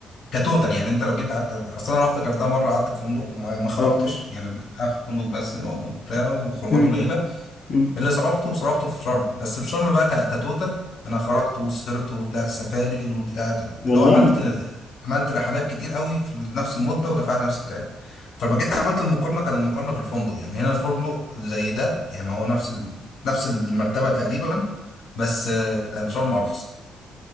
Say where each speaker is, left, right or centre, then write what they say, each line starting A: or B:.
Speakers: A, on the left; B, on the left.
A: كتوتال يعني انت لو جيت قعدت اصل انا رحت الغردقه مره قعدت في فندق وما ما خرجتش
B: اه
A: يعني قعدت في الفندق بس وبتاع وخروجات
B: أمم،
A: قليله
B: أمم.
A: اللي صرفته صرفته في شرم بس في شرم بقى ك- كتوتال انا خرجت وسهرت وطلعت سفاري وطلعت اللي
B: والله
A: هو عملت عملت رحلات كتير قوي في نفس المده ودفعت نفس الكلام فلما جيت عملت المقارنه كان المقارنه في الفندق يعني هنا الفندق زي ده يعني هو نفس ال... نفس المرتبه تقريبا بس آه، كان شرم ارخص